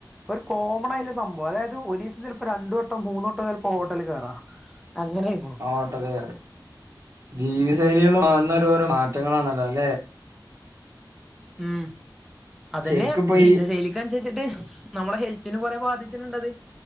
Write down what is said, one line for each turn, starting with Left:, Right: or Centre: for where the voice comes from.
Centre: ഒരു കോമൺ ആയ്ല്ല സംഭവം അതായത് ഒരീസം ചിലപ്പം രണ്ട് വട്ടം മൂന്ന് വട്ടം ചെലപ്പം ഹോട്ടല് കേറാ. അങ്ങനേന്നു.
Right: ഓട്ടല് ജീവിത ശൈലികൾ മാറുന്ന ഓരോ മാറ്റങ്ങളാണല്ലോ ല്ലെ.
Centre: ഉം അതന്നെ
Right: ശരിക്കും ഇപ്പൊ
Centre: ജീവിതശൈലി
Right: ഈ
Centre: കൻസരിച്ചിട്ട് നമ്മളെ ഹെൽത്തിനും കൊറെ ബാധിച്ചിട്ടുണ്ടത്.